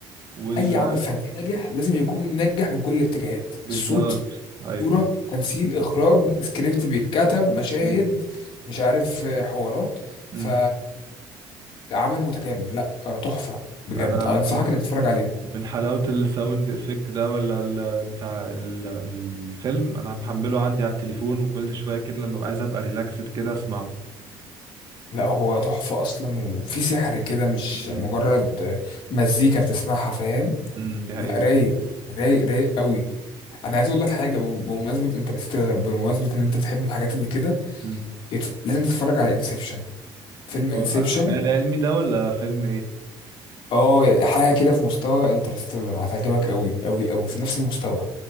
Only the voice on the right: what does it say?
وال
آه،
بالظبط
ايوه
امم
امم
انا
من
من حلاوة الساوند افكت ده ولا ال- بتاع ال- الفيلم انا محمله عندي على التليفون وكل شوية كده لما ابقى عايز ابقى ريلاكسد كده اسمعه
امم
امم دي حقيقة
امم
اه
خيال العلمي ده ولا فيلم ايه